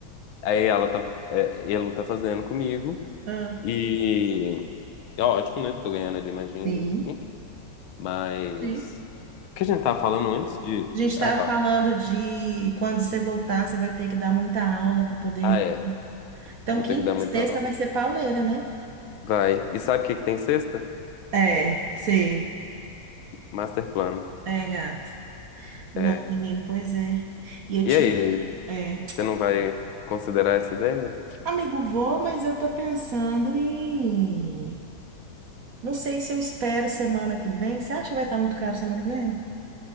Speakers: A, on the left; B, on the right.
A: Aí ela tá, é, ele tá fazendo comigo
B: ah.
A: e é ótimo, né? Tô ganhando ali mais dinheirinho.
B: Sim,
A: Mas
B: sim.
A: o que a gente tava falando antes de.
B: A gente estava
A: Ah, tá.
B: falando de quando você voltar, você vai ter que dar muita aula para poder
A: Ah, é.
B: Então,
A: Vou
B: quinta
A: ter que dar
B: e
A: muita
B: sexta
A: aula.
B: vai ser pauleira, né?
A: Vai. E sabe o que que tem sexta?
B: É, sei.
A: Master plano.
B: É, gato. Não,
A: É.
B: menino, pois é. E eu
A: E
B: tinha.
A: aí,
B: É.
A: você não vai considerar essa ideia?
B: Amigo, vou, mas eu tô pensando em. Não sei se eu espero semana que vem. Você acha que vai estar muito caro semana que vem?